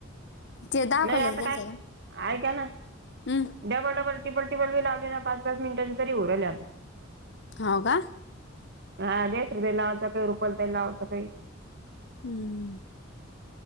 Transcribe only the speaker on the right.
नाही आता
काय
ऐका ना
डबल डबल टिल टिपली लागे ना प पाच पाच मिनटची तरीरल आ
हा ड रुपये लावाचं काही रुपयल ते लावावचं काही